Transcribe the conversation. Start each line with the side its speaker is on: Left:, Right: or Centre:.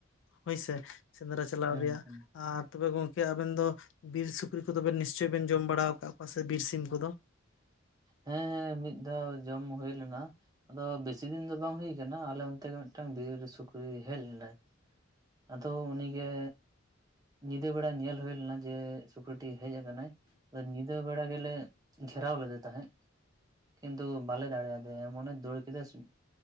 Left: ᱦᱳᱭ ᱥᱮ ᱥᱮᱸᱫᱽᱨᱟ ᱪᱟᱞᱟᱣ
Right: ᱦᱮᱸ
Left: ᱨᱮᱭᱟᱜ
Right: ᱦᱮᱸ
Left: ᱟᱨ ᱛᱚᱵᱮ ᱜᱚᱝᱠᱮ ᱟᱵᱮᱱ ᱫᱚ ᱵᱤᱨ ᱥᱩᱠᱨᱤ ᱠᱚᱫᱚ ᱱᱤᱥᱪᱚᱭ ᱵᱮᱱ ᱡᱚᱢ ᱵᱟᱲᱟ ᱟᱠᱟᱫ ᱠᱚᱣᱟ ᱥᱮ ᱵᱤᱨ ᱥᱤᱢ ᱠᱚᱫᱚ
Right: ᱦᱮᱸ ᱦᱮᱸ ᱢᱤᱫ ᱫᱷᱟᱣ ᱡᱚᱢ ᱦᱩᱭ ᱞᱮᱱᱟ ᱟᱫᱚ ᱵᱮᱥᱤ ᱫᱤᱱ ᱫᱚ ᱵᱟᱝ ᱦᱩᱭ ᱠᱟᱱᱟ ᱟᱞᱮ ᱚᱱᱛᱮ ᱜᱮ ᱢᱤᱫᱴ ᱟᱝ ᱵᱤᱨ ᱥᱩᱠᱨᱤᱭ ᱦᱮᱡ ᱞᱮᱱᱟᱭ ᱟᱫᱚ ᱩᱱᱤ ᱜᱮ ᱧᱤᱫᱟᱹ ᱵᱮᱲᱟ ᱧᱮᱞ ᱦᱩᱭ ᱞᱮᱱᱟ ᱡᱮ ᱥᱩᱠᱨᱤᱴᱤ ᱦᱮᱡ ᱟᱠᱟᱱᱟᱭ ᱧᱤᱫᱟᱹ ᱵᱮᱲᱟ ᱜᱮᱞᱮ ᱜᱷᱮᱨᱟᱣ ᱞᱮᱫᱤ ᱛᱟᱦᱮᱸᱫ ᱠᱤᱱᱛᱩ ᱵᱟᱞᱮ ᱫᱟᱲᱮᱭᱟᱫᱟ ᱮᱢᱚᱱ ᱮ ᱫᱟᱹᱲ ᱠᱮᱫᱟ ᱥᱩᱜ